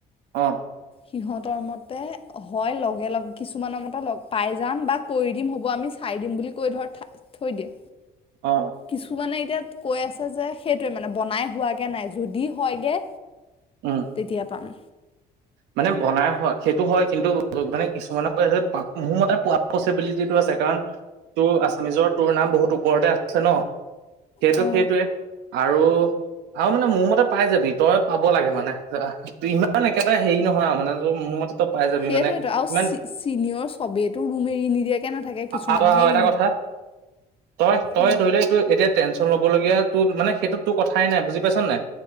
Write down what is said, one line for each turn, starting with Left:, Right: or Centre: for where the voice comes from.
Right: অ
Left: সিহঁতৰ মতে হয় লগে লগে কিছুমানৰ মতে লগে পাই যাম বা কৰি দিম হ'ব আমি চাই বুলি কৈ ধৰ থৈ দিয়ে,
Right: অ
Left: কিছুমানে এতিয়া। কৈ আছে যে সেইটোয়ে মানে বনাই হোৱাগে নাই যদি হয়গে।
Right: উম
Left: তেতিয়া পাম
Right: মানে বনাই হয় সেইটো হয় কিন্তু মানে কিছুমানে কয় যে মোৰ মতে পোৱা পচিবিলিটিটো আছে। কাৰণ তোৰ আছামিজৰ তোৰ নাম বহুত ওপৰতে আছে ন। সেইটো
Left: অ
Right: সেইটোৱে। আৰু আৰু মানে মোৰ মতে পাই যাবি তই পাব লাগে মানে ইমান একে এ হেৰি নহয় আৰু মানে মোৰ মতে।
Left: সেইটোৱেটো
Right: মানে
Left: আৰু
Right: ইমান
Left: চিনিয়ৰ চবেইটো ৰোম এৰি নিদিয়ে। নাথাকে কিছুমানেহে
Right: আৰু -আৰু
Left: এৰি
Right: এটা কথা তই -তই
Left: অ
Right: ধৰি ল এইটো এতিয়া টেনচন ল'ব লগীয়া তো মানে সেইটোত তোৰ কথাই নাই বুজি পাইছ নাই